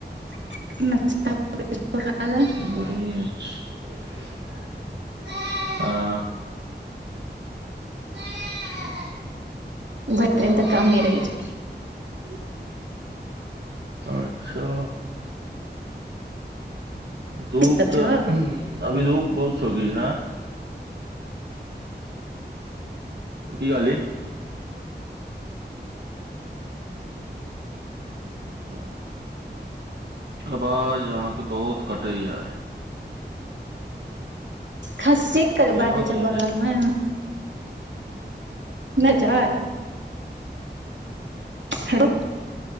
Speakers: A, on the right; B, on the right.
A: <unintelligible>
B: बढ़िएं छै ए <unintelligible>
A: भरि दिन
B: <unintelligible>
A: तऽ कामे रहै छै
B: अच्छा, धूप
A: की सब
B: तऽ-ह्म
A: छौ
B: अभि धुप बहुत छो गी हँ की कहली <unintelligible> अबाज अहांक बहुत कटै या
A: खस्सी कर बाजै
B: एना किया
A: छै बगलमें
B: ने
A: नै छैय हेलो